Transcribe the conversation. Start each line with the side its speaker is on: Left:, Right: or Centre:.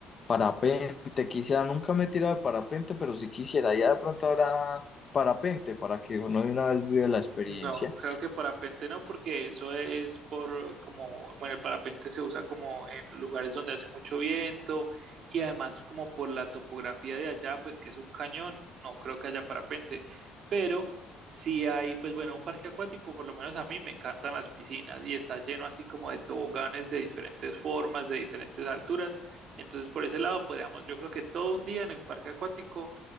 Left: parapente, quisiera, nunca me he tirado de parapente, pero sí quisiera, ya de pronto habrá parapente para que uno de una vez vive la experiencia.
Right: No, creo que parapente no, porque eso es por como, bueno, el parapente se usa como en lugares donde hace mucho viento y además como por la topografía de allá, pues que es un cañón, no creo que haya parapente, pero si hay, pues bueno, un parque acuático, por lo menos a mí me encantan las piscinas y está lleno así como de toboganes de diferentes formas, de diferentes alturas, entonces por ese lado podríamos, yo creo que todo un día en el parque acuático